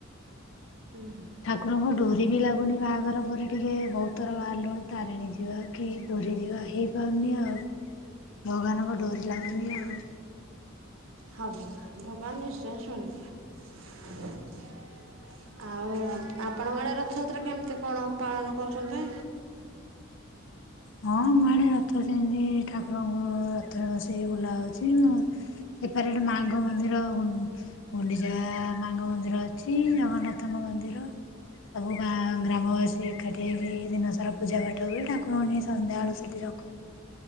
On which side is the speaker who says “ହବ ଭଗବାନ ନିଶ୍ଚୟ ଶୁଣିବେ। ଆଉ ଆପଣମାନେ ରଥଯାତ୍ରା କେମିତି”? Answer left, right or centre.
Right